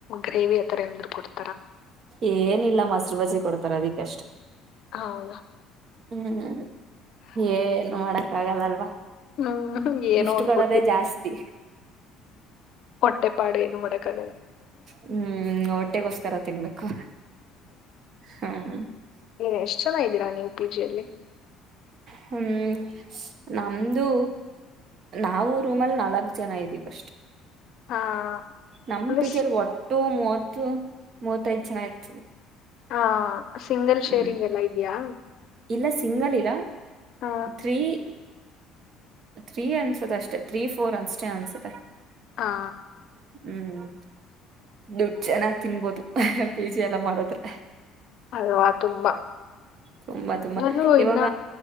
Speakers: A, on the left (about 55°); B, on the right (about 50°).
A: ಗ್ರೇವಿ ಆ ತರ ಎ ಕೊಡ್ತಾರೆ
B: ಏನಿಲ್ಲ ಮೊಸರು ಬಜಿ ಕೊಡ್ತಾರ ಅದಿಕ್ಕಷ್ಟೆ
A: ಹೌದಾ
B: ಹ್ಮ್ ಏನ್ ಮಾಡಕ್ಕ ಆಗಲ್ಲಲ್ವಾ
A: ಹ್ಮ್ ಏನೋನ್
B: ಇಷ್ಟು ಕೊಡೋದೇ
A: ಕೊಟ್ಟ
B: ಜಾಸ್ತಿ
A: ಮೆ ಪಾಡು ಏನು ಮಾಡೋಕ್ಕಾಗಲ್ಲ
B: ಹ್ಮ್ ಹೊಟ್ಟೆಗೋಸ್ಕರ ತಿನ್ಬೇಕು ಹ್ಮ್
A: ಏ ಎಷ್ಟ ಚೆನ್ನಾಗ್ದೀರಾ ನೀವು ಪಿಜಿ ಅಲ್ಲಿ
B: ಹ್ಮ್ ನಮ್ದು ನಾವು ರೂಮಲ್ಲಿ ನಾಲ್ಕ್ ಜನ ಇದ್ದೀವಿಷ್ಟು
A: ಹಾ
B: ನಮ್ಮ
A: ಪ್ಲಸ್
B: ಬಿಜಲ್ ವಾಟ್ ೋ ಮೂವತ್ತು ಮೂವತ್ತ ಐದು್ ಜನ ಇರ್ತದೆ
A: ಹಾ ಸಿಂಗಲ್ ಶೇರಿಂಗ್
B: ಹ್ಮ್
A: ಎಲ್ಲ ಇದೆಯಾ
B: ಇಲ್ಲ ಸಿಂಗಲ್ ಇಲ್ಲ
A: ಹಾ
B: ಥ್ರೀ ತ್ರೀ ಅನ್ಸದೆ ಅಷ್ಟೆ ತ್ರೀ ಫೋರ್ ಅಷ್ಟೇ ಅನ್ಸತ್ತೆ
A: ಹಾ
B: ಹ್ಮ್ ದುಡ್ಡು ಚೆನ್ನಾಗ್ ತಿನ್ಬೋದು ಪಿಜೆ ಎಲ್ಲ ಮಾಡದ್ರೆ
A: ಅಲ್ವಾ ತುಂಬಾ
B: ತುಂಬಾ ತುಂಬಾ
A: ನಾನು
B: ಇವಾಗ
A: ಇನ್ನ